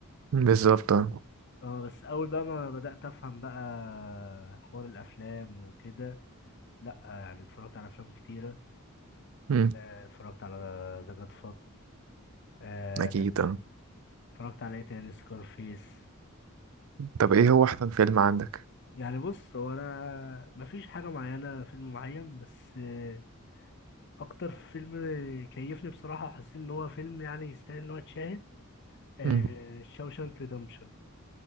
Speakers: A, on the right (about 70°); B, on the left (about 55°).
A: مم. بالظبط آه.
B: اه بس اول بقى ما بدات افهم بقى حوار الافلام وكده لا آه، يعني اتفرجت على افلام كتيره
A: مم.
B: آه، اتفرجت على ذا جاد آه،
A: اكيد آه.
B: اتفرجت على ايه تاني سكارفيس
A: طب ايه
B: فاهم
A: هو احسن فيلم عندك
B: يعني بص هو انا مفيش حاجه معينه فيلم معين بس آه، اكتر فيلم كيفني بصراحه وحسيت ان هو فيلم يعني يستاهل ان هو يتشاهد آه،
A: مم.
B: شاوشانك ريدمشن